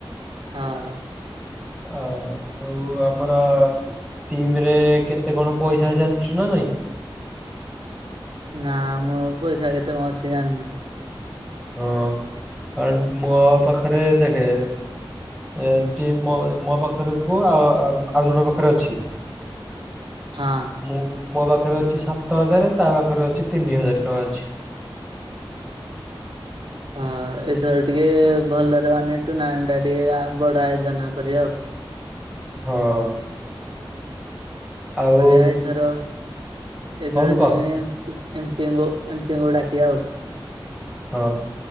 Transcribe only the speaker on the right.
ହଁ ହଁ।
ନା ଆମର ପଇସା କେତେ କଣ ଅଛି ଜାଣିନି?
ହଁ।
ହଁ ଏଥର ଟିକେ ଭଲରେ ମାନେ ଟୁର୍ଣ୍ଣାମେଣ୍ଟ ଟା ଟିକେ ବଡ ଆୟୋଜନ କରିବା ଆଉ।
କରିବା ଏଥର ଏଥର
ଯେମିତି ଏମପିଙ୍କୁ ଏପିହାଙ୍କୁ ଡାକିବା ଆଉ।